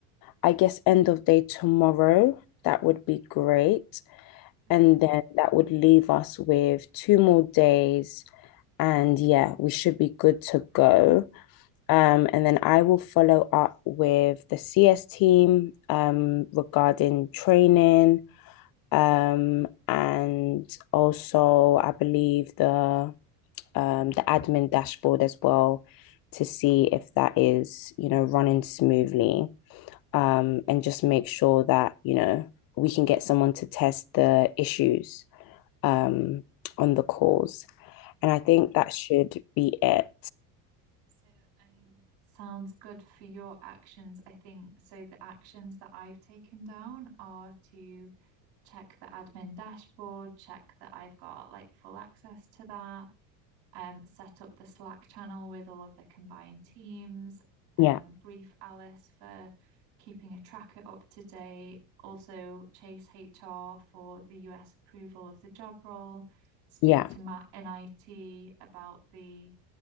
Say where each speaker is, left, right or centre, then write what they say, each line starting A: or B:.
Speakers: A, on the left; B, on the right.
A: I guess, end of day tomorrow, that would be great.
B: Mhm.
A: And then that would leave us with two more days. And yeah, we should be good to go. Um, and then I will follow up with the CS team um, regarding training um, and also I believe the um the admin dashboard as well to see if that is, you know, running smoothly. Um, and just make sure that, you know, we can get someone to test the issues um on the calls. And
B: Yeah.
A: I think that should be it.
B: So, I mean, Sounds good for your actions, I think. So the actions that I've taken down are to check the admin dashboard, check that I've got like full access to that, um, set up the Slack channel with all of the combined teams, um,
A: Yeah,
B: brief Alice for keeping a tracker up to date, also chase HR for the US approval of the job role, speak
A: yeah,
B: to Matt in IT about the